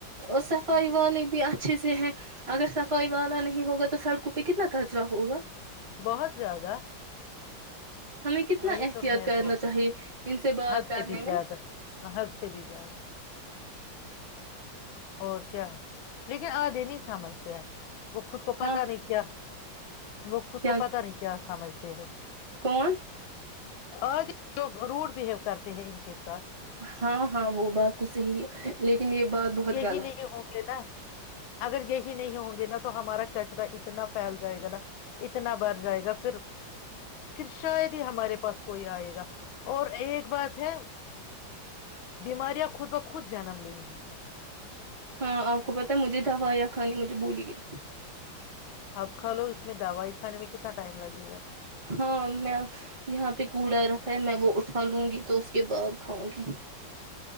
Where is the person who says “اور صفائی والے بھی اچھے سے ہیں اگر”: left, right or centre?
Right